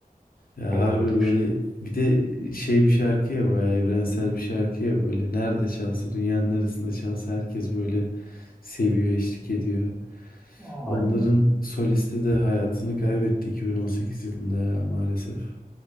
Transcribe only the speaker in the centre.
<laughs> Doğrudur.
Aynen.